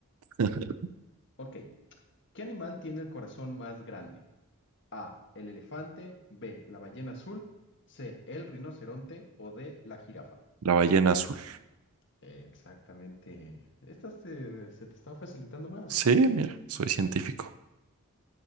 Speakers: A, on the right; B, on the left.
A: <laughs>
B: Ok. ¿Qué animal tiene el corazón más grande? A, el elefante, B, la ballena azul, C, el rinoceronte o D, la jirafa.
A: La ballena azul.
B: Exactamente. Esta se, se te está facilitando más.
A: Sí, mira, soy científico.